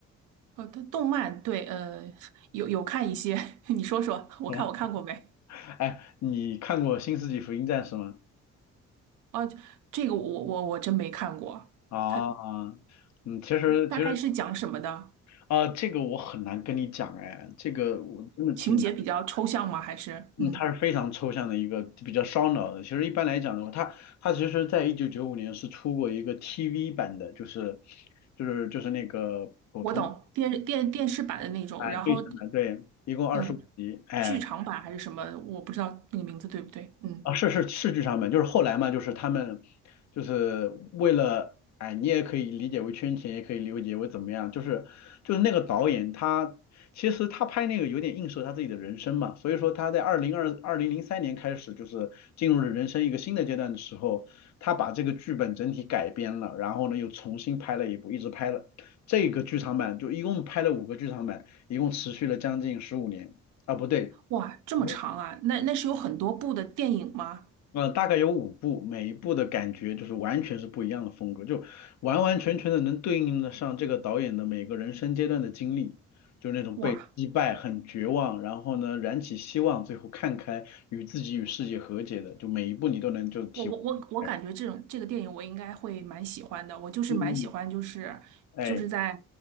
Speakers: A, on the right (about 80°); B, on the left (about 65°).
A: 呃，它动漫对，呃，有有看一些，<laughs> 你说说，我看我看过没？
B: <laughs> 哎，你看过《新世纪福音战士》吗？
A: 哦，这个我我我真没看过，
B: 啊，
A: 它
B: 嗯，其实其实
A: 大概是讲什么的？
B: 啊，这个我很难跟你讲，哎，这个我真的挺。
A: 情节比较抽象吗？还是嗯，
B: 嗯，它是非常抽象的一个比较烧脑的。其实一般来讲的话，它它其实在一九九五年是出过一个 TV 版的，就是就是就是那个普通
A: 我懂电电电视版的那种，
B: 哎对称的，
A: 然后
B: 对，一共二十五集，
A: 嗯，
B: 哎。
A: 剧场版还是什么？我不知道那个名字对不对？嗯。
B: 啊，是是是剧场版，就是后来嘛，就是他们就是为了，哎，你也可以理解为圈钱，也可以理解为怎么样，就是就是那个导演他其实他拍那个有点映射他自己的人生嘛，所以说他在二零二二零零三年开始就是进入了人生一个新的阶段的时候，他把这个剧本整体改编了，然后呢又重新拍了一部，一直拍了这个剧场版，就一共拍了五个剧场版，一共持续了将近十五年啊，不对。
A: 哇，这么长啊？
B: 没有。
A: 那那是有很多部的电影吗？
B: 嗯呃，大概有五部，每一部的感觉就是完全是不一样的风格，就完完全全的能对应得上这个导演的每个人生阶段的经历，就那种被击败、
A: 哇，
B: 很绝望，然后呢燃起希望，最后看开，与自己与世界和解的，就每一部你都能就体会出来。
A: 我我我我感觉这种这个电影我应该会蛮喜欢的。我就是蛮喜欢，
B: 嗯，
A: 就是就是在
B: 哎，